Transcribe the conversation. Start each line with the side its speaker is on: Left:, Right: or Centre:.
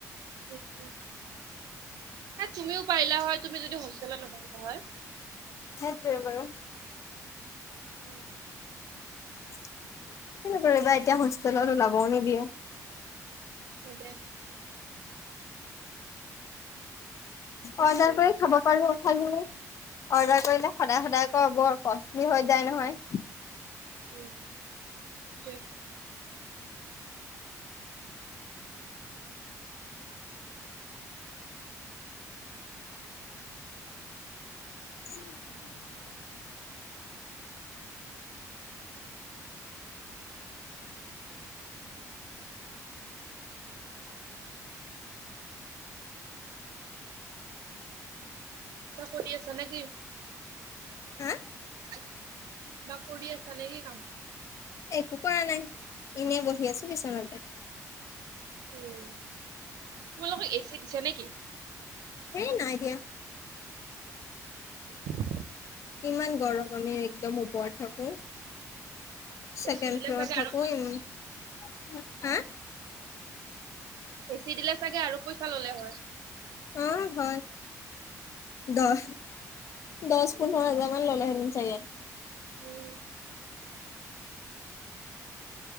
Right: এ তুমিও পাৰিলা হয়, তুমি যদি হোষ্টেলত নাথাকিলা হয়।
Left: সেইটোৱে বাৰু।
Right: উম,
Left: কিনো কৰিবা এতিয়া হোষ্টেলত উলাবও নিদিয়ে।
Right: হয় দে। <inaudible>
Left: অৰ্ডাৰ কৰি খাব পাৰো, খালী অৰ্ডাৰ কৰিলে সদায় সদায় আকৌ বৰ কষ্টলি হৈ যায় নহয়।
Right: উম, সেইটোৱে।
Left: <inaudible>
Right: কিবা কৰি আছা নে কি?
Left: হা
Right: কিবা কৰি আছা নে কি কাম?
Left: একো কৰা নাই, এনেই বহি আছো বিচনাতে।
Right: উম, তোমালোকৰ এ চি দিছে নে কি?
Left: হেই নাই দিয়া।
Right: উম।
Left: ইমান গৰম, আমি একদম ওপৰত থাকো। চেকেণ্ড
Right: এ চি দিলে
Left: ফ্লৰত
Right: চাগে আৰু
Left: থাকো,
Right: পইচা
Left: হা?
Right: এ চি দিলে চাগে আৰু পইচা ল'লে হয়?
Left: অ', হয় দহ দহ পোন্ধৰ হাজাৰ মান ল'লে হেঁতেন চাগে।
Right: উম।